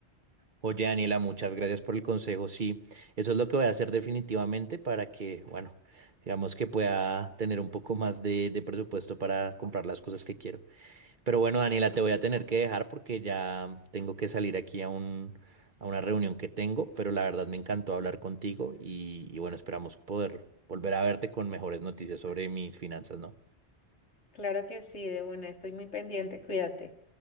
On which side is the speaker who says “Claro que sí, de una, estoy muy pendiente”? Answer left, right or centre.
Left